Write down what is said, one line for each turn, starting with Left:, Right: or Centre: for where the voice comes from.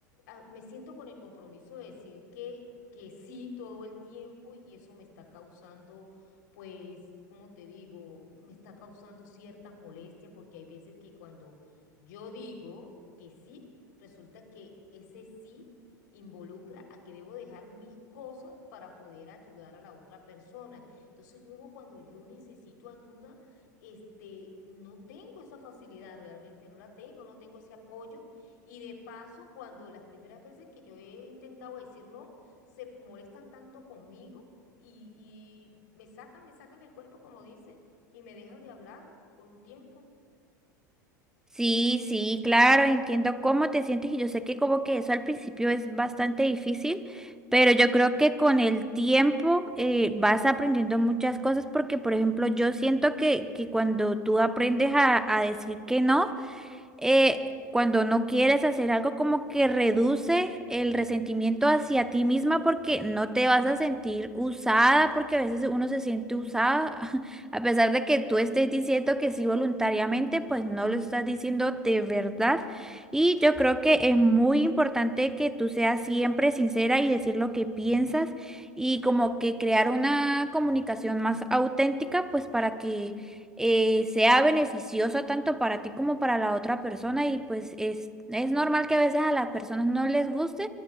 Left: ah, me siento con el compromiso de decir que, que sí todo el tiempo y eso me está causando pues, como te digo, me está causando ciertas molestias porque hay veces que cuando yo digo que sí, resulta que ese sí involucra a que debo dejar mis cosas para poder ayudar a la otra persona. Entonces, luego cuando yo necesito ayuda, este, no tengo esa facilidad realmente, no la tengo, no tengo ese apoyo. Y de paso, cuando las primeras veces que yo he intentado decir no, se molestan tanto conmigo y, y me sacan, me sacan el cuerpo, como dicen, y me dejan de hablar por un tiempo.
Centre: Sí, sí, claro, entiendo cómo te sientes y yo sé que como que eso al principio es bastante difícil, pero yo creo que con el tiempo eh, vas aprendiendo muchas cosas porque, por ejemplo, yo siento que, que cuando tú aprendes a, a decir que no, eh, cuando no quieres hacer algo, como que reduce el resentimiento hacia ti misma porque no te vas a sentir usada, porque a veces uno se siente usada, <laughs> a pesar de que tú estés diciendo que sí voluntariamente, pues no lo estás diciendo de verdad. Y yo creo que es muy importante que tú seas siempre sincera y decir lo que piensas y como que crear una comunicación más auténtica, pues para que eh, sea beneficioso tanto para ti como para la otra persona y pues es, es normal que a veces a las personas no les guste,